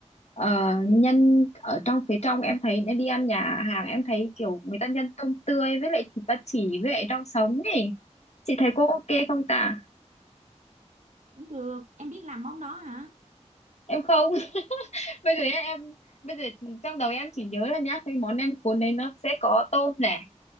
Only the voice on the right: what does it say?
cũng được em biết làm món đó hả